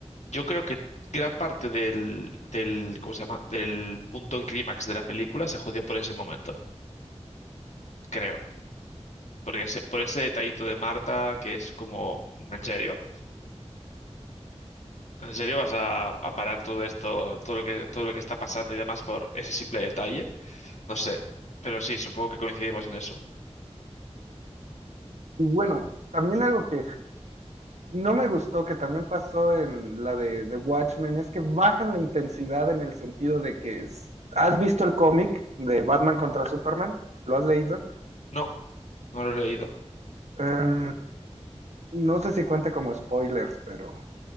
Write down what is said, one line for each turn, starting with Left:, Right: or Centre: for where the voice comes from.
Left: Yo creo que gran parte del, del, ¿cómo se llama? Del punto clímax de la película se jodió por ese momento, creo. Porque ese- por ese detallito de Marta, que es como, ¿en serio? ¿En serio vas a, a parar todo esto, todo lo que, todo lo que está pasando y demás por ese simple detalle? No sé. Pero sí, supongo que coincidimos en eso.
Right: Y bueno, también algo que No me gustó que también pasó en la de, de Watchmen, es que bajan la intensidad en el sentido de que es- has visto el cómic de Batman contra Superman, lo has leído.
Left: No, no lo he leído.
Right: Em, no sé si cuenta como spoilers, pero